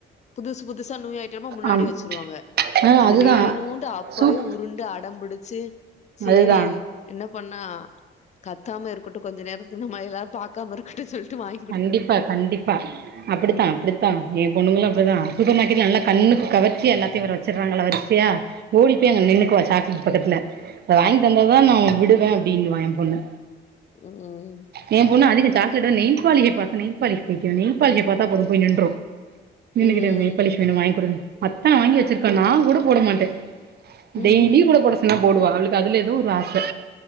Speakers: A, on the left (about 35°); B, on the right (about 55°).
A: புதுசு புதுசா நியூ ஐயிட்டமா முன்னாடி
B: ஆம்
A: வச்சிருவாங்க
B: ஆ
A: அது
B: அதுதான்
A: வேணுட்டு அப்பவே
B: சூப்
A: உருண்டு அடம்பிடிச்சு சேரி
B: அதுதான்
A: என்ன பண்ணா கத்தாம இருக்கட்டு கொஞ்ச நேரத்துக்கு நம்மள எல்லாரு பாக்காம இருக்கட்டு சொல்லிட்டு வாங்
B: கண்டிப்பா கண்டிப்பா அப்டித்தா அப்டித்தா எ பொண்ணுங்களு அப்டிதா சூப்பர் மார்க்கெட்ல நல்ல கண்ணுக்கு கவர்ச்சியா எல்லாத்தையு வேற வச்சிருறாங்களா வரிசையா ஓடிப்போய் அங்க நின்னுக்குவா சாக்லேட் பக்கத்துல இப்ப வாங்கி தந்தாதா நா உன் விடுவே அப்டின்னுவா எ பொண்ணு
A: ம் ம்
B: ஏ பொண்ணா அதிக சாக்லேட் நெய்பாலிஸ் பாத்தா நெய்பாலிஸ் புடிக்கு நெய் பாலிஸ பாத்தா போது போய் நின்ரு நின்னு
A: ம்
B: கிட்டு நொய்பாலிஸ் வேணு வாங்கிகுடுனு அத்தன வாங்கி வச்சிருக்கா நா கூட போட மாட்டே
A: ம்
B: டெய்லியு
A: ம் ம்
B: கூட போட சொன்னா போடுவா அவளுக்கு அதுல ஏதோ ஒரு ஆச